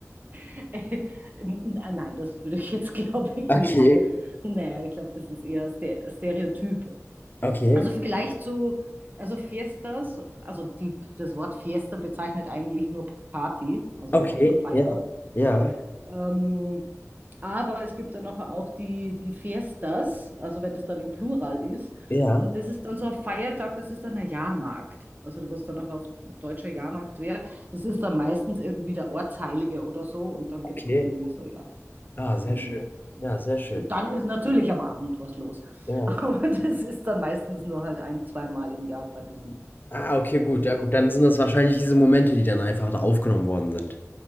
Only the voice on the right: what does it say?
<laughs> Nein, das würde ich jetzt, <laughs> glaube ich,
nicht. Nein, ich glaube, das ist eher Ste- Stereotyp.
Also vielleicht zu, also Fiestas, also die, das Wort Fiesta bezeichnet eigentlich nur Party, also
eine Feier.
Ähm, aber es gibt dann noch auch die, die Fiestas, also wenn das dann im Plural ist.
Und das ist dann so ein Feiertag, das ist dann ein Jahrmarkt. Also was dann auch auf deutscher Jahrmarkt wäre, das ist dann meistens irgendwie der Ortsheilige oder so. Und dann
gibt es irgendwie so, ja.
Bummel.
Und dann ist natürlich am Abend was los.
<laughs> Aber das ist dann meistens nur halt ein, zweimal im Jahr bei diesem,
bei diesem
Jahrmarkt.